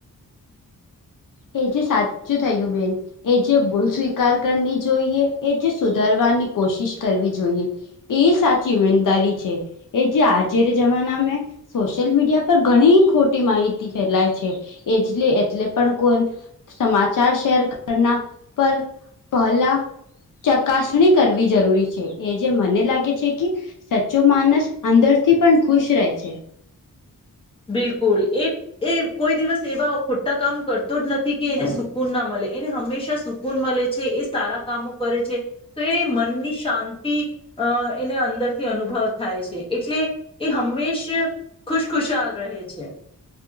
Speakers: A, on the left (about 65°); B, on the left (about 15°).
A: એ જે સાચું થયું બેન એ જે ભૂલ સ્વીકાર કરની જોઈએ એ જે સુધારવાની કોશિશ કરવી જોઈએ એ સાચી ઈમેનદારી છે એ જે આજે જમાને મે સોશિયલ મીડિયા પર ઘણી ખોટી માહિતી ફેલાય છે એજ એટલે પણ કો સમાચાર શેર કરના પર પહેલા ચકાસણી કરવી જરૂરી છે એ જે મને લાગે છે કે સાચ્ચો માનસ અંદરથી પણ ખુશ રહે છે
B: બિલકુલ એ એ કોઈ દિવસ એવા ખોટા કામ કરતો જ નથી કે એને સુકૂન ના મળે એને હંમેશા સુ ગુણ મળે છે એ સારા કામો કરે છે તો એ મનની શાંતિ અ એને અંદરથી અનુભવ થાય છે એટલે એ હંમેશ ખુશખુશાલ રહે છે